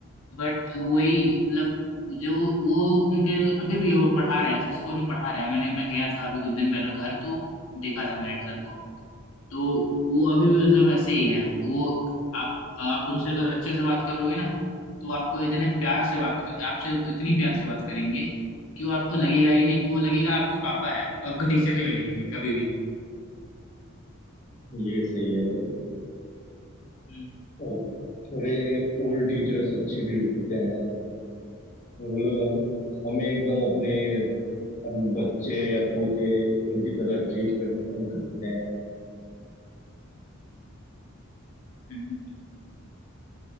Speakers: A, on the left (about 70°); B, on the left (about 35°).
A: बट वही मतलब जो वो उनके अभी भी वो पढ़ा रहे हैं उस स्कूल में पढ़ा रहे हैं मैंने मैं गया था अभी कुछ दिन पहले घर तो देखा था मैंने सर को तो वो अभी भी मतलब ऐसे ही है वो आप आप उनसे अगर अच्छे से बात करोगे ना तो आपको इतने प्यार से बात कर आपसे उत- इतनी प्यार से बात करेंगे कि वो आपको लगेगा ही नहीं कि वो लगेगा आपके पापा है आपका टीचर नहीं लगेगी कभी भी
B: ये सही है भाई
A: हम्म
B: और थोड़े ओल्ड टीचर्स अच्छे भी होते हैं वो लोग हमें हमें एकदम अपने हम बच्चे या पोते उनकी तरह ट्रीट कर करते हैं
A: हम्म